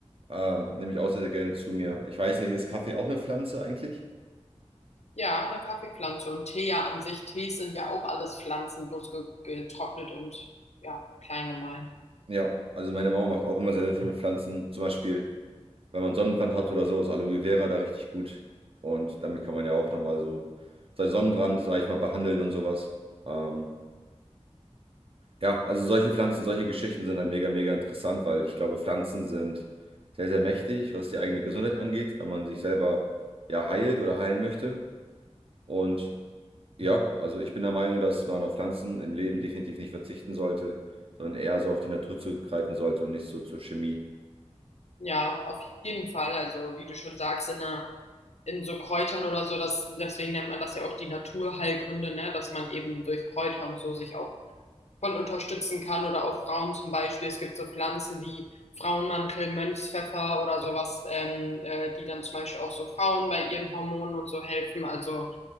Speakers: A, on the right; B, on the left.
A: Ähm, nehme ich auch sehr, sehr gerne zu mir. Ich weiß nicht, ist Kaffee auch eine Pflanze eigentlich?
B: Ja, eine Kaffeepflanze und Tee ja an sich. Tees sind ja auch alles Pflanzen, bloß ge getrocknet und ja, klein gemahlen.
A: Ja, also meine Mama macht auch immer sehr, sehr viel mit Pflanzen. Zum Beispiel, wenn man Sonnenbrand hat oder so, ist Aloe Vera da richtig gut. Und damit kann man ja auch nochmal so seinen Sonnenbrand, sage ich mal, behandeln und sowas. Ähm, ja, also solche Pflanzen, solche Geschichten sind halt mega, mega interessant, weil ich glaube, Pflanzen sind sehr, sehr mächtig, was die eigene Gesundheit angeht, wenn man sich selber ja heilt oder heilen möchte. Und ja, also ich bin der Meinung, dass man auf Pflanzen im Leben definitiv nicht verzichten sollte, sondern eher so auf die Natur zugreifen sollte und nicht so zur Chemie.
B: Ja, auf jeden Fall. Also, wie du schon sagst, in einer, in so Kräutern oder so, das, deswegen nennt man das ja auch die Naturheilkunde, ne? Dass man eben durch Kräuter und so sich auch voll unterstützen kann oder auch Frauen zum Beispiel. Es gibt so Pflanzen wie Frauenmantel, Mönchspfeffer oder sowas, ähm, äh, die dann zum Beispiel auch so Frauen bei ihren Hormonen und so helfen. Also,